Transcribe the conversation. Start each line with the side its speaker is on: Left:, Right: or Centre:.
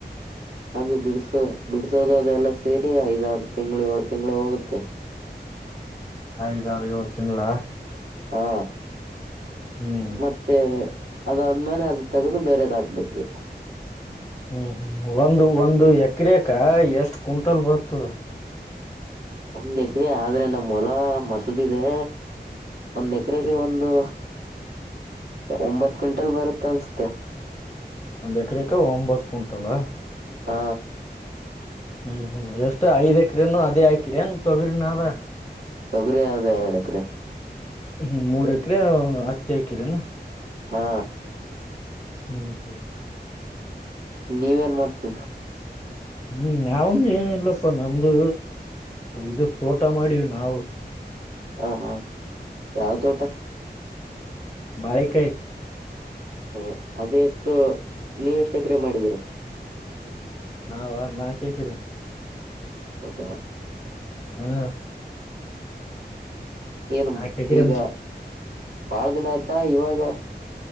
Right: ಅದು ಬಿಡಸೋ ಬಿಡಸೋದ ಎಲ್ಲ ಸೇರಿ ಐದಾರು ತಿಂಏಳು ತಿಂಗ್ಳ ಹೋಗುತ್ತೆ
Left: ಹಾಗಿದ ಇವತ್ತಿನಗಳ
Right: ಹಾ
Left: ಹ್ಮ್
Right: ಮತ್ತೆ ಅದಾದ್ಮೇಲೆ ಅದ ತಗದು ಬೇರೆದ್ ಹಾಕ್ಬೇಕು
Left: ಹ್ಮ್ ಹ್ಮ್ ಒಂದು ಒಂದು ಎಕ್ರೇಕ ಎಷ್ಟ್ ಕುಟಲ್ ಬರ್ತದ
Right: ಒಂದ್ ಎಕರೆ ಆದ್ರೆ ನಮ್ ಹೊಲ ಮಸಬದೆ ಒಂದ್ ಎಕರೆಗೆ ಒಂದು ಒಂಬತ್ ಕ್ವಿಂಟಲ್ ಬರುತ್ತ ಅನ್ಸತೆೆ
Left: ಒಂದ್ ಎಕರೆಕ ಒಂಬತ್ತು ಕುಂಟಲ್
Right: ಆ
Left: ಹ್ಮ್ ಹ್ಮ್ ಎಷ್ಟ್ ಐ ಎಕ್ರನು ಅದೇ ಹಾಕಿರಿ ಏನ್ ತೊಗ್ರಿ ನಾವ
Right: ತೊಗರಿ ಅದ ಹೇಳಡಕ್ರೆ
Left: ಹ್ಮ್ ಮೂರ ಎಕರೆ ಹತ್ತ ಅಕರನಾ
Right: ಹಾ
Left: ಹ್ಮ್ ಹ್ಮ್ ಹ್ಮ್
Right: ನೀವ ಏನ್ ಮಾಡ್ತರ್ರ
Left: ಹ್ಮ್ ನಾವಂದು ಏನಿಲ್ಲಪ್ಪ ನಮ್ದು ಇದದು ತೋಟ ಮಾಡೀವಿ ನಾವು
Right: ಹ ಹಾ ಯಾವ ತೋಟ
Left: ಬಾಳೆಕಾಯಿ
Right: ಹ್ಮ ಅದ ಎಷ್ಟು ನೀವ ಎಷ್ಟು ಎಕ್ರೆ ಮಾಡಿದೀರಾ
Left: ನಾವ ನಾ ಕೇಕಿದೀನೆ
Right: ಹೌದಾ
Left: ಹಾ
Right: ಏನ್
Left: ನಾಕ್ ಎಕರೆ
Right: ಈಗ ಬಾಳ ದಿನ ಆಯ್ತಾ ಇವಾಗ